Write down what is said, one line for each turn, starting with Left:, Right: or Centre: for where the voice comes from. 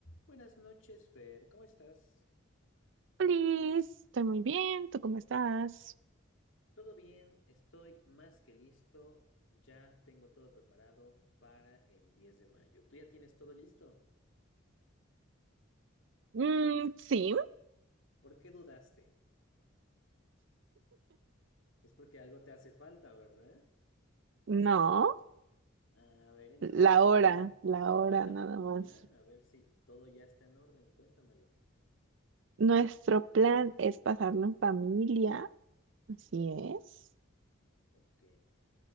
Left: Buenas noches, Fer. ¿Cómo estás?
Right: Liz, estoy muy bien, ¿tú cómo estás?
Left: ¿Todo bien? Estoy más que listo. Ya tengo todo preparado para el 10 de mayo. ¿Tú ya tienes todo listo?
Right: Mm, sí,
Left: ¿Por qué dudaste? Es porque algo te hace falta, ¿verdad?
Right: No,
Left: A ver, entonces
Right: la hora,
Left: dime,
Right: la hora
Left: cuéntame
Right: nada
Left: tu
Right: más.
Left: plan, a ver si todo ya está en orden. Cuéntamelo.
Right: Nuestro plan es pasarlo en familia, así es.
Left: Ok.